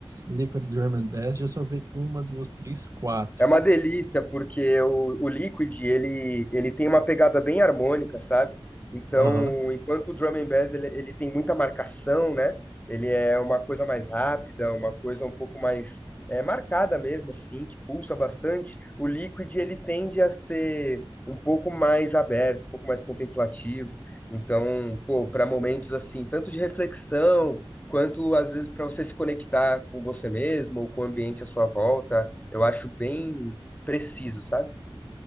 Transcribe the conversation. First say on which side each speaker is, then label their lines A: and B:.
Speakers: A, on the right; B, on the left.
A: Liquid Drum and Bass, já salvei uma, duas, três, quatro.
B: É uma delícia, porque o, o Liquid, ele, ele tem uma pegada bem harmônica, sabe? Então,
A: Aham.
B: enquanto o Drum and Bass, ele, ele tem muita marcação, né? Ele é uma coisa mais rápida, uma coisa um pouco mais é, marcada mesmo, assim, que pulsa bastante. O Liquid, ele tende a ser um pouco mais aberto, um pouco mais contemplativo. Então, pô, para momentos assim, tanto de reflexão, quanto às vezes para você se conectar com você mesmo ou com o ambiente à sua volta. Eu acho bem preciso, sabe?